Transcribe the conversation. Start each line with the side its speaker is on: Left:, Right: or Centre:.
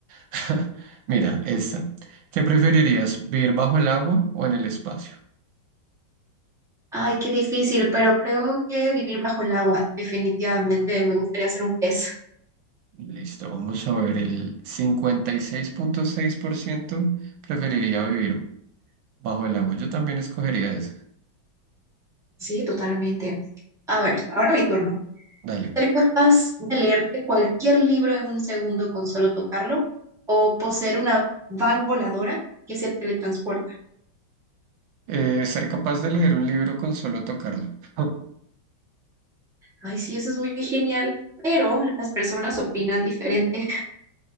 Right: <laughs> Mira, esta. ¿Qué preferirías, vivir bajo el agua o en el espacio?
Centre: Ay, qué difícil, pero creo que vivir bajo el agua, definitivamente me gustaría ser un pez,
Right: Listo, vamos a ver, el cincuenta y seis seis punto seis por ciento preferiría vivir bajo el agua. Yo también escogería eso.
Centre: sí, totalmente. A ver, ahora mi turno.
Right: Dale.
Centre: ¿Ser capaz de leerte cualquier libro en un segundo con solo tocarlo? ¿O poseer una van voladora que se teletransporta?
Right: Eh, ser capaz de leer un libro con solo tocarlo. <laughs>
Centre: Ay, sí, eso es muy genial, pero las personas opinan diferente.